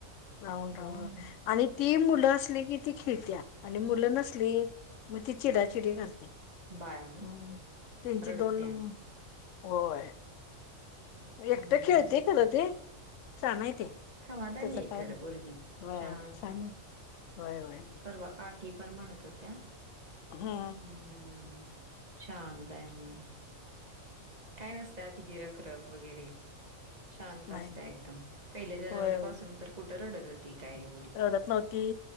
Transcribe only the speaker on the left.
राहून
राहून आणि ती मुलं की ती खेळतीया आणि मुलं
नसली मग ती चिडा चिडी घालते
हम् तीनची
दोन होय.
एकटं खेळते खरं ते शान हाय ते
त्याच
काय
नाही
वय
वाय छान
वय वयय
हा
नाही
नाही.
होय होय
रडत नव्हती